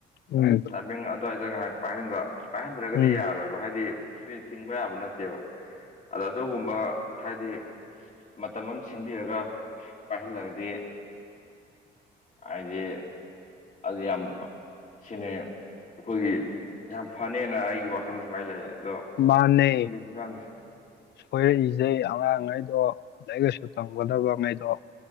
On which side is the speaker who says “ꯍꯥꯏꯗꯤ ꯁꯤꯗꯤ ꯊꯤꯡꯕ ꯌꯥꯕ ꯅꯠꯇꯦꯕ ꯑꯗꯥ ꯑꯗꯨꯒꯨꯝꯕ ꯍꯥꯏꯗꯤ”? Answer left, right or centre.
Left